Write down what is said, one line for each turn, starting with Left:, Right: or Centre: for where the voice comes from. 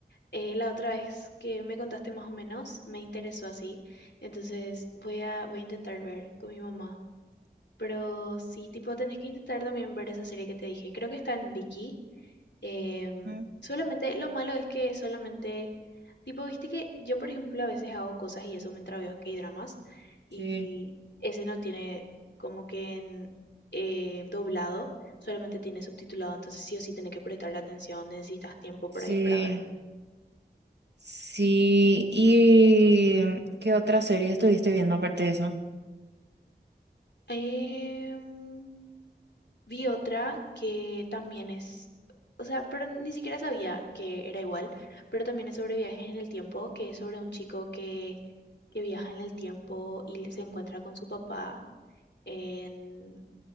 Left: eh, la otra vez que me contaste más o menos, me interesó así. Entonces voy a, voy a intentar ver con mi mamá. Pero sí, tipo, tenés que intentar también ver esa serie que te dije. Creo que está en Vicky. Em,
Right: Ujú.
Left: solamente, lo malo es que solamente, tipo, viste que yo, por ejemplo, a veces hago cosas y eso mientras veo K-dramas. Y
Right: Sí,
Left: ese no tiene como que en eh, doblado, solamente tiene subtitulado. Entonces sí o sí tenés que prestar atención, necesitas tiempo por
Right: Sí,
Left: ahí para ver.
Right: sí. ¿Y qué otra serie estuviste viendo aparte de eso?
Left: Em, Vi otra que también es, o sea, pero ni siquiera sabía que era igual, pero también es sobre viajes en el tiempo, que es sobre un chico que, que viaja en el tiempo y se encuentra con su papá en